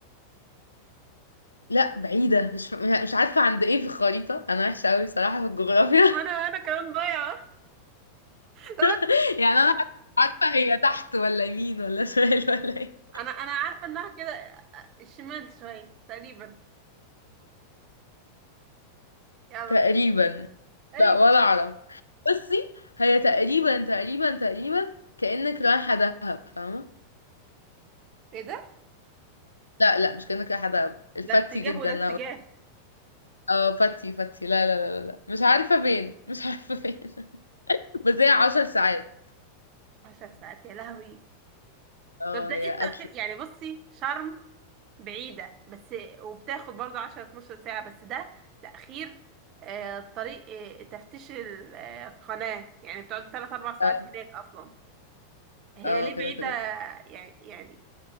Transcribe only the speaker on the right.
انا انا كمان ضايعة <laughs> طب
انا انا عارفة انها كده آه، الشمال شوية تقريبا يلا
مش تقريبا
ايه ده
ده اتجاه
وده
اتجاه
عشر ساعات يا لهوي
طب ده
ايه التأخير
يعني بصي شرم بعيدة بس وبتاخد برضو عشرة اتناشر ساعة بس ده تأخير آه طريق آه تفتيش القناة يعني بتقعدي تلات أربع ساعات
هناك أصلا هي
ليه
بعيدة
يعني يعني